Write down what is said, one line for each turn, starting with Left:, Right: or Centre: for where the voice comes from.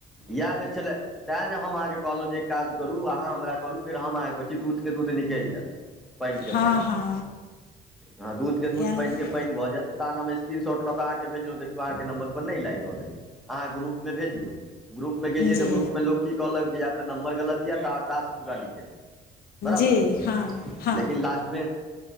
Centre: या न छलै तऽ नय हम अहाँकेँ कहलहुँ जे एक काज करू अहाँ हमरा करू फेर हम अहाँके कहैत छी दूधके दूध निकैल जायत पाईन के
Left: हँ
Centre: पाईन
Left: हँ
Centre: ह दूध के दूध
Left: यानि
Centre: के पाईन के पाईन भऽ जायत तऽ नाम स्क्रीन शॉट लऽ केऽ अहाँके भेजलुँ देखियौ अहाँके नंबर पर नय लाएग रहल ऐछ अहाँ ग्रुप मे भेजियौ ग्रुप मे गेलियै
Left: जी
Centre: तऽ ग्रुपमे लोक की कहलक जे या तऽ नम्बर गलत यऽ तऽ अहाँ टास्क पूरा नय केने बराबर
Left: जी हँ हँ
Centre: लेकिन लास्ट मे